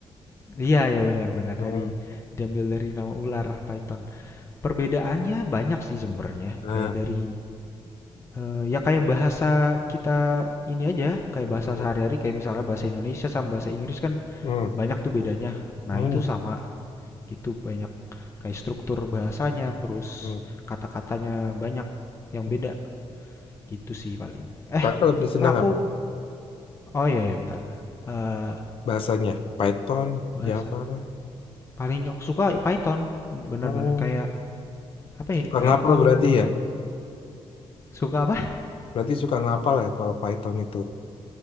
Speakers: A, on the left; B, on the left.
A: Iya, ya benar-benar
B: Hmm,
A: dari diambil dari nama ular Python. Perbedaannya banyak sih sebenarnya.
B: nah,
A: Kayak dari eh, ya kayak bahasa kita ini aja, kayak bahasa
B: hmm,
A: sehari-hari kayak misalkan bahasa Indonesia sama bahasa Inggris kan
B: hmm,
A: banyak tuh bedanya. Nah,
B: hmm,
A: itu sama gitu banyak kayak struktur bahasanya terus
B: hmm.
A: kata-katanya banyak yang
B: hmm.
A: beda gitu sih paling eh
B: Kakak lebih senang
A: Kak, aku
B: apa?
A: oh iya ya bentar Eh,
B: Bahasanya Python,
A: bahasa
B: Java.
A: paling aku suka Python bener-bener
B: Oh,
A: kayak apa ya
B: suka
A: gampang
B: ngapel berarti ya?
A: di suka apa
B: Berarti suka ngapal ya kalau Python itu.